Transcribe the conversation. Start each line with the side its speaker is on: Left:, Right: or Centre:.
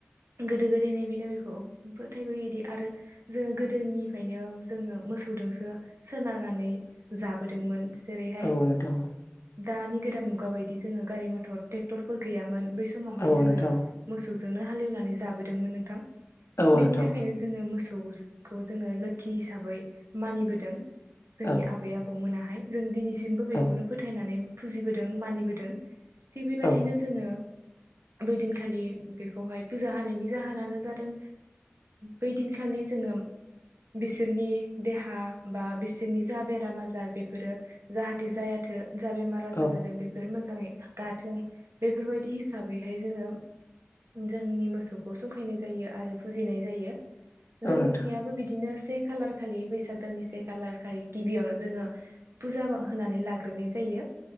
Right: गोदो गोदायनिफ्रायनो बेखौ फोथायबोदि आरो जोङो गोदोनिफ्रायनो जोङो मोसौ जोंसो सोनारनानै जाबोदोंमोन। जेरै हाय
Left: औ नोंथां
Right: दानि गोदान मुगा बायदि जोङो गारि मथर ट्रेक्टरफोर गैयामोन बै समावहाय
Left: औ
Right: जोङो
Left: नोंथां
Right: मोसौ जोंनो हालेवनानै जाबोदोंमोन नोंथां
Left: औ
Right: बेनि
Left: नोंथां
Right: थाखायनो जोङो मोसौखौ जोङो लोखि हिसाबै मानिबोदों जोंनि
Left: औ
Right: आबै आबौ मोनाहाय जों दिनैसिमबो बेखौनो
Left: औ
Right: फोथायनानै फुजिबोदों मानिबोदों थिग बे बायदिनो
Left: औ
Right: जोङो बै दिन खालि बेखौहाय पु जा जाहोनानायनि जाहोनानो जादों बै दिनखालि जोङो बिसोरनि देहा बा बिसोरनि जा बेराम आजार बेफोरो जाहाथे जायाथों जा बेमार आजार
Left: औ
Right: जादों बेफोर मोजाङै गाथों बेफोरबायदि हिसाबै हाय जोङो जोंनि मोसौ‌खौ संखायनाय जायो आरो फुजिनाय जायो जोंनियाबो
Left: औ नोंथां
Right: बिदिनो से खालार खालि बैसाग दाननि से खालार खालि गिबियावनो जोङो फुजा होनानै लाग्रोनाय जायो यो